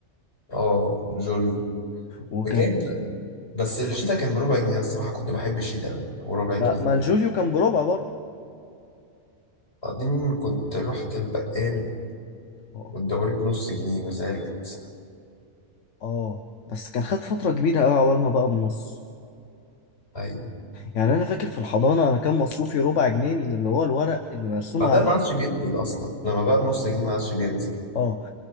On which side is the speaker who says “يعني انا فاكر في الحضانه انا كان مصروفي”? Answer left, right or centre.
Left